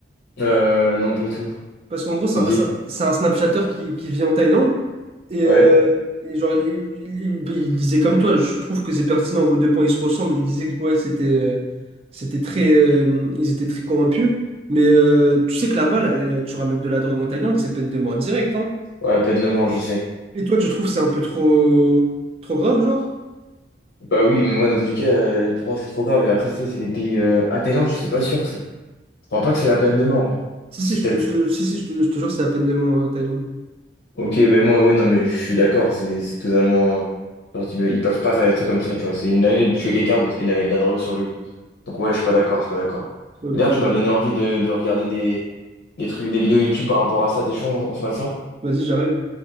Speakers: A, on the left (about 80°); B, on the right (about 30°).
A: Euh, non, pas du tout.
B: Parce qu'en gros, c'est
A: C'est
B: un,
A: qui?
B: c'est un c'est un Snapchatter qui, qui vit en Thaïlande. Et, euh,
A: Ouais.
B: et genre, il, il- il- il disait comme toi, je trouve que c'est pertinent, vos deux points, ils se ressemblent. Il disait que ouais, c'était euh, c'était très, euh, ils étaient très corrompus. Mais euh, tu sais que là-bas, là, euh, tu ramènes de la drogue en Thaïlande, c'est peine de mort directe. hein.
A: Ouais, peine de mort, je sais.
B: Et toi, tu trouves que c'est un peu trop, trop grave, genre?
A: Bah oui, mais moi, dans tous les cas, euh, pour moi, c'est trop grave. Et après, tu sais, c'est les pays. Euh... Ah, Thaïlande, je sais pas sûr. c'est- Je crois pas que c'est la peine de mort. hein.
B: Si,
A: Si,
B: si, je
A: peut-être.
B: te, je te- si, si, je te, je te jure, c'est la peine de mort, euh, Thaïlande.
A: Ok, ben moi, oui, non, mais je suis d'accord. C'est c'est totalement. euh, genre, ils ils peuvent pas faire des trucs comme ça, tu vois. C'est une dinguerie de tuer quelqu'un parce qu'il avait de la drogue sur lui. Donc, ouais, je suis pas d'accord, je suis pas d'accord.
B: Ok,
A: D'ailleurs, tu m'as
B: bah,
A: donné envie de, de regarder des, des trucs, des vidéos YouTube par rapport à ça. T'es chaud, on, on se mate ça?
B: vas-y, j'arrive.